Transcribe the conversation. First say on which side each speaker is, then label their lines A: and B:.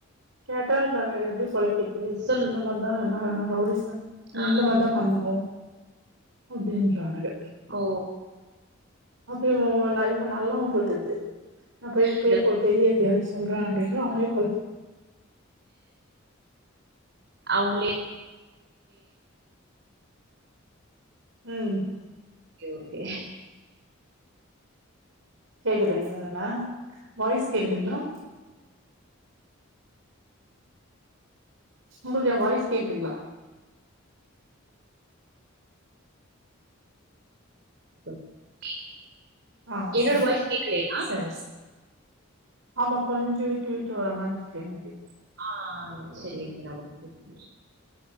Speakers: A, on the right; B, on the right.
A: கேட்டா நா எப்டி பொழைக்கிரது
B: சொல்லுங்க.
A: இந்த மார்தா எல்லா ரவ்டிஸா
B: ஆ.
A: இந்த மாரிதா பண்றோ அப்டின்றானுக
B: ஓ
A: அப்டியு நா இவன் நல்லவ போல் தெரியுது நா போய்
B: இந்த
A: பே பெரிய அதிகாரிகிட்ட சொல்ற அப்டினு அவனே கொல்
B: அவுங்ளே
A: ம்
B: ஒகே ஓகே
A: கேக்குதுங்களா நல்லா வாய்ஸ் கேக்குதுங்களா உங்களுக்கு ஏ வாய்ஸ் கேக்குதுங்ளா
B: ஒகே
A: ஆ
B: என்னோட
A: சரி
B: வாய்ஸ் கேக்கலயா
A: சரி சரி ஆமா கொஞ்சொ விட்டு விட்டு வர மாரிருக்கு எனக்கு
B: ஆ சரி இருங்க நா ஒங்க கூப்பற